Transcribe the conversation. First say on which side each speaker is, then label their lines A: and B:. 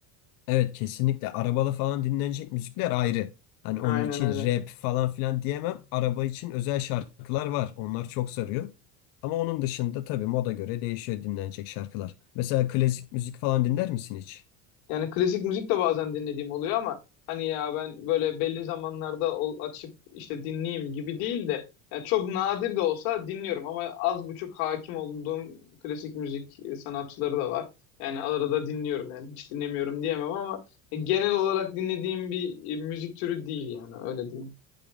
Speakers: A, on the left (about 55°); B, on the left (about 80°).
A: evet kesinlikle arabada falan dinlenecek müzikler ayrı. Hani
B: Aynen
A: onun için
B: öyle.
A: rap falan filan diyemem. Araba için özel şarkılar var. Onlar çok sarıyor. Ama onun dışında tabii moda göre değişiyor dinlenecek şarkılar. Mesela klasik müzik falan dinler misin hiç?
B: Yani klasik müzik de bazen dinlediğim oluyor ama hani ya ben böyle belli zamanlarda ol- açıp işte dinleyeyim gibi değil de yani çok nadir de olsa dinliyorum ama az buçuk hakim olduğum klasik müzik e, sanatçıları da var. Yani arada dinliyorum yani hiç dinlemiyorum diyemem ama e, genel olarak dinlediğim bir e, müzik türü değil yani öyle diyeyim.